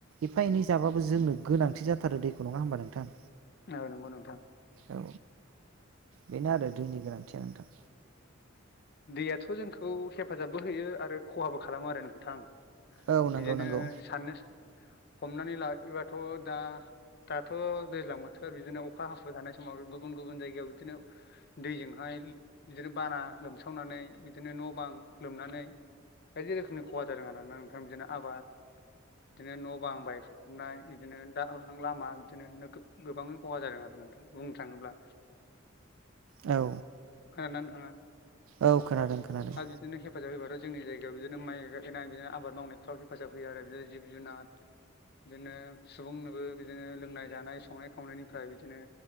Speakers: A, on the right (about 70°); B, on the left (about 50°).
A: एफा एनै जाबाबो जोंनो गोनांथि जाथारो दैखौ नङा होमबा नोंथां
B: औ नंगौ नोंथां।
A: औ बेनो आरो दैनि गोनांथिया नोंथां
B: दैयाथ' जोंखौ हेफाजाबबो होयो आरो खहाबो खालामो आरो नोंथां
A: औ नंगौ
B: बिदिनो
A: नंगौ
B: साननो हमनानै लायोबाथ' दा दाथ' दैज्लां बोथोर बिदिनो अखा हाखु थानाय समाव गुबुन गुबुन जायगायाव बिदिनो दैजोंहाय बिदिनो बाना लोमसावनानै बिदिनो न'बां लोमनानै बायदि रोखोमनि खहा जादों आरोना नोंथां बिदिनो आबाद बिदिनो न' बां बायफुमनाय बिदिनो दहां लामा बिदिनो गोबाङै खहा जादों आरो नोंथां बुंनो थाङोब्ला
A: औ
B: फोराननानै थाङा
A: औ खोनादों खोनादों
B: आरो बिदिनो हेफाजाब होबाथाय जोंनि जायगायाव बिदिनो माइ एनाय बिदिनो आबाद मावनायफ्राव हेफाजाब होयो आरो बिदिनो जिब जुनार बिदिनो सुबुंनोबो बिदिनो लोंनाय जानाय संनाय खावनायनिफ्राय बिदिनो